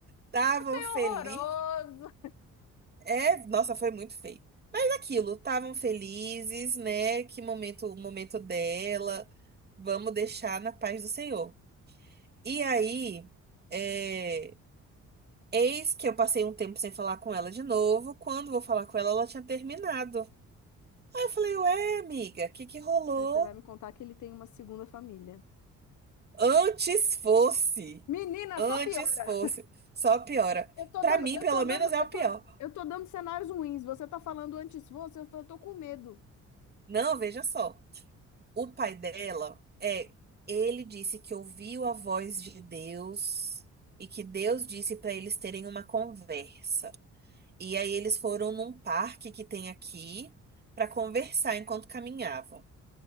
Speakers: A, on the right; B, on the left.
A: estavam
B: É
A: felizes.
B: horroroso.
A: É, nossa, foi muito feio. Mas aquilo, estavam felizes, né? Que momento, o momento dela. Vamos deixar na paz do Senhor. E aí, é, eis que eu passei um tempo sem falar com ela de novo. Quando vou falar com ela, ela tinha terminado. Aí eu falei, ué, amiga, o que que rolou?
B: Aí você vai me contar que ele tem uma segunda família.
A: Antes fosse.
B: Menina,
A: Antes
B: só piora.
A: fosse. Só piora.
B: Eu tô
A: Pra
B: dando,
A: mim,
B: eu
A: pelo
B: tô dando,
A: menos, é
B: eu
A: o pior.
B: tô, eu tô dando cenários ruins. Você tá falando antes fosse, eu tô, eu tô com medo.
A: Não, veja só. O pai dela é. Ele disse que ouviu a voz de Deus e que Deus disse pra eles terem uma conversa. E aí eles foram num parque que tem aqui pra conversar enquanto caminhavam.